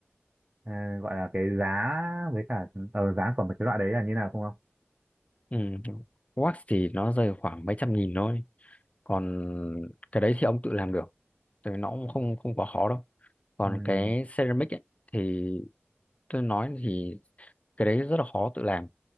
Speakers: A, on the right; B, on the left.
A: ờ, gọi là cái giá với cả ờ, giá của một cái loại đấy là như nào không không
B: ừ. wax thì nó rơi khoảng mấy trăm nghìn thôi còn cái đấy thì ông tự làm được thì nó cũng không không quá khó đâu còn
A: Ừm.
B: cái ceramic ấy, thì tôi nói thì cái đấy rất là khó tự làm